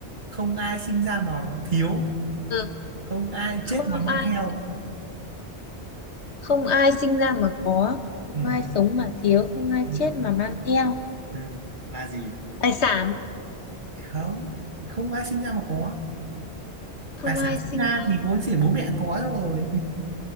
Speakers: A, on the right (about 45°); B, on the left (about 80°).
A: không ai sinh ra mà thiếu
B: ừ,
A: không ai
B: không
A: chết mà mang
B: ai
A: theo
B: không ai sinh ra mà có không
A: ừ.
B: ai sống mà thiếu không ai
A: Ừ.
B: chết mà mang theo
A: ừ. là gì
B: tài sản
A: không không ai sinh ra mà có
B: không
A: tài
B: ai
A: sản sinh
B: sinh
A: ra
B: ra
A: thì có chỉ bố mẹ có rồi